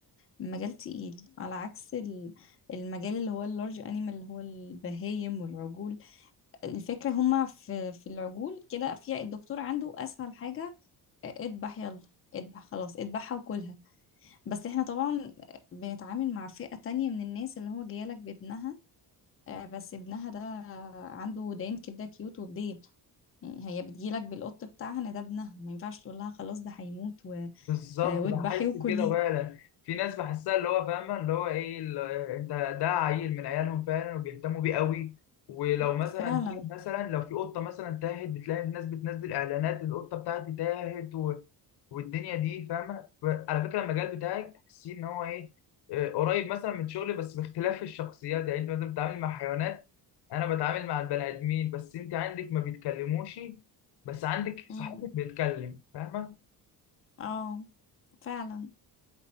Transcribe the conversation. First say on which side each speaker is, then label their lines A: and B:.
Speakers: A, on the left; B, on the left.
A: مجال تقيل على عكس ال- المجال اللي هو اللارج أنيمال اللي هو البهايم والعجول الفكرة هما في في العجول كده في الدكتور عنده أسهل حاجة آه، اذبح يلا اذبح خلاص اذبحها وكلها بس احنا طبعا بنتعامل مع فئة تانية من الناس اللي هو جايلك بابنها آه، بس ابنها ده عنده ودان كده كيوت وبديل يعني هي بتجيلك بالقط بتاعها ان ده ابنها ما ينفعش تقول لها خلاص ده هيموت و-
B: بالظبط
A: آه، واذبحيه
B: بحس
A: وكليه
B: كده فعلا في ناس بحسها اللي هو فاهمه اللي هو ايه ال- انت ده عيل من عيالهم فعلا وبيهتموا بيه قوي ولو مثلا
A: فعلا
B: تاه- مثلا لو في قطه مثلا تاهت بتلاقي الناس بتنزل اعلانات القطه بتاعتي تاهت و... والدنيا دي فاهمه ف- على فكره المجال بتاعك تحسيه ان هو ايه آه، قريب مثلا من شغلي بس باختلاف الشخصيات يعني انت مثلا بتتعامل مع حيوانات انا بتعامل مع البني ادمين بس انت عندك ما بيتكلموش بس عندك صاحبك
A: مم.
B: بيتكلم فاهمه
A: اه فعلا